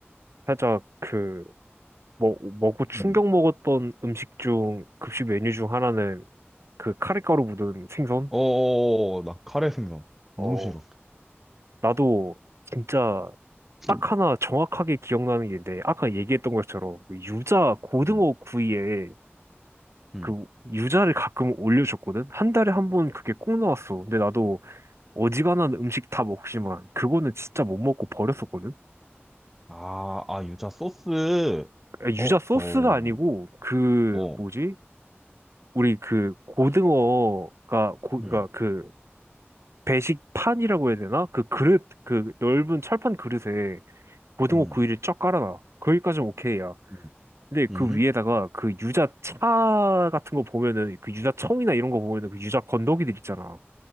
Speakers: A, on the right; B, in the centre.
A: 살짝 그 먹, 먹고 충격
B: 음.
A: 먹었던 음식 중, 급식 메뉴 중 하나는 그 카레가루 묻은 생선?
B: 어어어 나 카레 생선 너무
A: 어,
B: 싫어.
A: 나도 진짜 딱
B: 음.
A: 하나 정확하게 기억나는 게 있는데, 아까 얘기했던 것처럼 그 유자, 고등어
B: 음.
A: 구이에
B: 음.
A: 그 유자를 가끔 올려줬거든? 한 달에 한 번 그게 꼭 나왔어. 근데 나도 어지간한 음식 다 먹지만, 그거는 진짜 못 먹고 버렸었거든?
B: 아, 아, 유자 소스.
A: 아, 유자
B: 어,
A: 소스가
B: 어,
A: 아니고, 그,
B: 어.
A: 뭐지? 우리 그 고등어가, 고,
B: 음.
A: 그니까 그 배식판이라고 해야 되나? 그 그릇, 그 넓은 철판 그릇에 고등어
B: 음.
A: 구이를 쫙 깔아놔. 거기까지는 오케이야.
B: 음.
A: 근데 그
B: 음,
A: 위에다가 그 유자차 같은 거 보면은 그 유자청이나 이런 거 보면은 그 유자 건더기들 있잖아.